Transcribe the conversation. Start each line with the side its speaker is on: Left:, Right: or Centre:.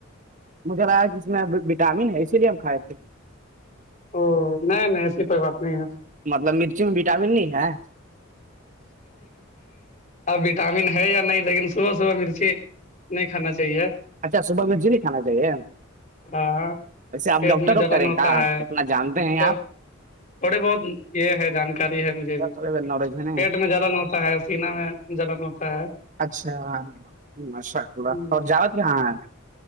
Right: مجھے لگا کہ اس میں وٹامن ہے اسی لیے ہم کھائے تھے
Left: او نہیں نہیں ایسی کوئی بات نہیں ہے
Right: مطلب مرچی میں وٹامن نہیں ہے
Left: اب وٹامن ہے یا نہیں لیکن صبح صبح مرچی نہیں کھانا چاہیے
Right: اچھا صبح مرچی نہیں کھانا چاہیے
Left: ہاں
Right: ویسے آپ
Left: پیٹ
Right: ڈاکٹر
Left: میں جلن
Right: واکٹر ہیں
Left: ہوتا
Right: کہاں
Left: ہے
Right: اتنا جانتے ہیں
Left: تو تھوڑی بہت یہ ہے جانکاری ہے مجھے
Right: آپ
Left: بھی
Right: تھوڑے نالج ہے نہیں
Left: پیٹ میں جلن ہوتا ہے سین میں جلن ہوتا ہے
Right: اچھا ماشاء
Left: ہوں،
Right: اللہ اور جاوت کہاں ہے